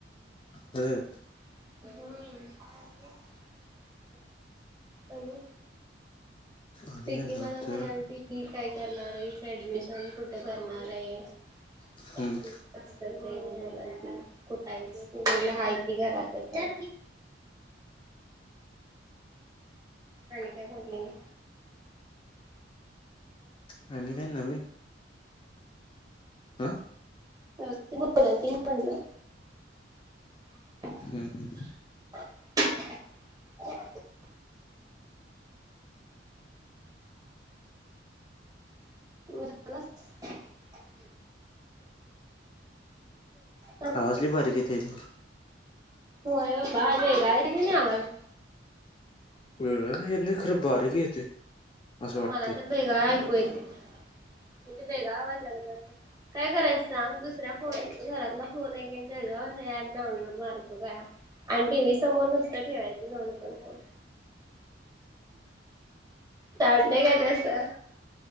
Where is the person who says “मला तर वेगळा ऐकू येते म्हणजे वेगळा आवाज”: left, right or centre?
Right